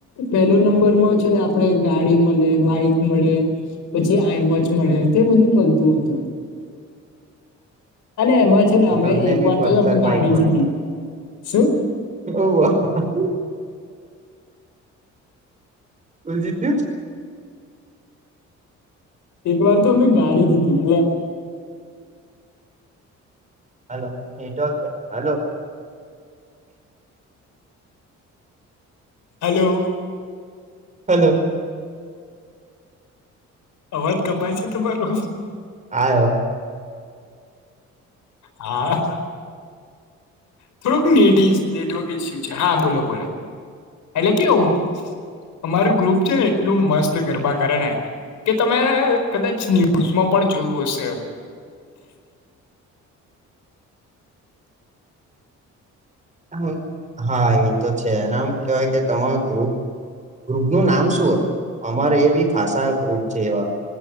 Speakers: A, on the left; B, on the right.
A: પહેલો નંબર માં છે ને આપણે ગાડી મળે બાઈક મળે પછી આઈવોચ મળે તે બધું મળતું હતું. અને એમાં છે ને
B: તો
A: અમે
B: તમને
A: એક
B: બી
A: વાર
B: પલ્સર
A: તો અમે ગાડી
B: બાઈક
A: જીતી ગયા શું?
B: હોવ હ હા. કુલ દીપિયુ
A: એક વાર તો અમે ગાડી જીતી એટલે
B: હલો એતો છે હલો.
A: હેલો.
B: હેલો.
A: અવાજ કપાય છે તમારો.
B: આયો
A: હા થોડુંક નેડી નેટવર્ક ઇસ્યુ છે હા બોલો બોલો એટલે કેઉ અમારું ગ્રુપ છે ને એટલું મસ્ત ગરબા કરે ને કે તમે કદાચ ન્યૂઝમાં પણ જોયું હશે. <inaudible>
B: હા હા એ તો છે એનામ કેવાય કે તમારુ ગ્રુપ ગ્રુપનુંું નામ શું હતું અમારે એ બી ખાસા ગ્રુપ છે એવા.